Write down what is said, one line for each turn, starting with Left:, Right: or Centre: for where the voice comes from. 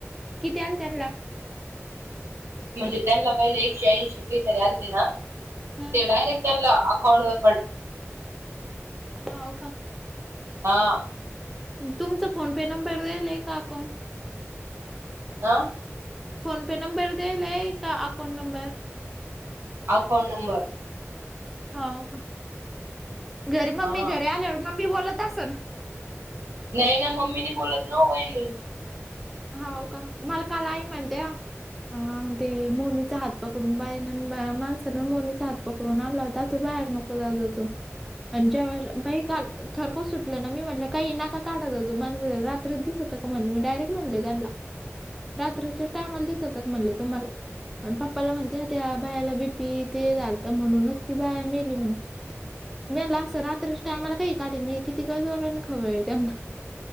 Centre: कित्यालं तेला
Right: म्हणजे त्यांना पहिले एकशे ऐंशी पै तरी आलते ना
Centre: हा
Right: ते डायरेक्ट त्यांना अकाउंट वर पडला
Centre: हा हो का
Right: हा
Centre: तुमचा फोन पे नंबर देईल आहे का अकाउंट
Right: हा
Centre: फोनपे नंबर देईलाय का अकाउंट नंबर
Right: अकाउंट नंबर
Centre: हो का घरी
Right: हा
Centre: मम्मी घरी आलेवर मम्मी बोलत असन
Right: नाही ना मम्मीनी बोलत न वहिणी
Centre: हो का मला काला आई म्हणते अ ते मोनीचा हात पकडून बाया माणसान मोनीचा हात पकडून आलाता तो बाहेर नको दादा तो आणि ज्याव्हा बाई काल थरकव सुटलं ना मी म्हटलं काही ना काढात जाज मा रात्र दिसत का म्हट मी डायरेक्ट म्हणले त्यांना रात्रीच्या टायमला दिसत म्हणलं तुम्हाला आणि पप्पाला म्हणते आ त्या बायाला बीपी ते झालत म्हणूनच ती बाया मेली म्हणज मी म्हणाला असं रात्रीच्या टायमाला काही काढ मी किती गज आणि खवळ त्यांना